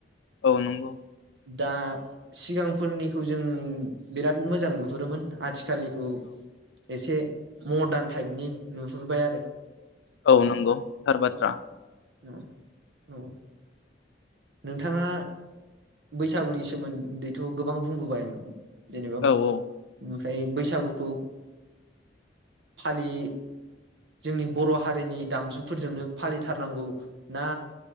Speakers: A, on the left (about 75°); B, on the right (about 70°).
A: औ नंगौ
B: दा सिगांफोरनिखौजों बिराद मोजां नु बुरोमोन आथिखालनि। औ एसे। मदान टायपनि नुहुरबायआरो।
A: औ नंगौ थार बाथ्रा।
B: औ औ। नोंथाङा बैसागुनि सोमोन्दैथ गोबां बुंबोबायमोन। जेनेबा उम।
A: औ औ
B: बै बैसागुखौ फालि जोंनि बर हारिनि दामजुफोरजोंनो फालिथारनांगौ ना